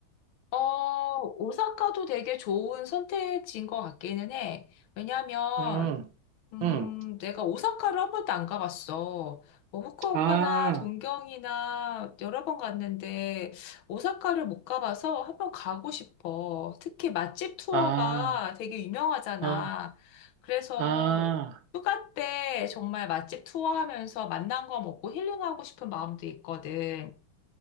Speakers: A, on the left; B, on the right.
A: 어, 오사카도 되게 좋은 선택지인 것 같기는 해. 왜냐면,
B: 응,
A: 음,
B: 응.
A: 내가 오사카를 한 번도 안 가봤어. 뭐, 후쿠오카나
B: 아,
A: 동경이나 여러 번 갔는데, 오사카를 못 가봐서 한 번 가고 싶어. 특히 맛집 투어가
B: 아,
A: 되게 유명하잖아.
B: 아,
A: 그래서
B: 아,
A: 휴가 때 정말 맛집 투어 하면서 맛난 거 먹고 힐링하고 싶은 마음도 있거든.